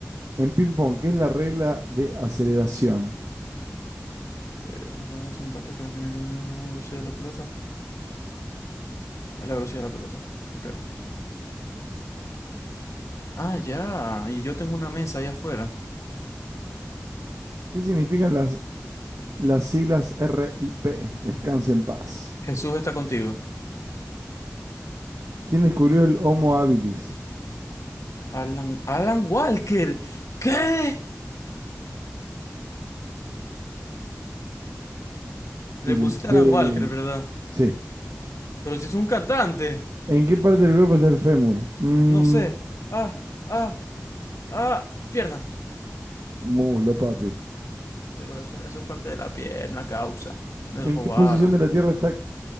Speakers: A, on the right (about 80°); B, on the left (about 75°).
A: En ping-pong, ¿qué es la regla de aceleración?
B: Eh, por medio de ese empate, el calentamiento de la velocidad de la pelota. Es la velocidad de la pelota, creo que era. Ah, ya. Y yo tengo una mesa allá afuera.
A: ¿Qué significan las Las siglas R I P. descanse en paz.
B: Jesús está contigo.
A: ¿Quién descubrió el Homo habilis?
B: Alan, Alan Walker. ¿Qué?
A: Y
B: Le pusiste
A: le pe...
B: Alan Walker, ¿verdad?
A: Sí.
B: Pero si es un cantante.
A: ¿En qué parte del cuerpo está el fémur? Mmm,
B: No sé. Ah, ah, ah. Pierna.
A: muslo, papi.
B: Pero eso, eso es parte de la pierna, causa. Me
A: ¿En
B: robaron.
A: qué posición de la Tierra está...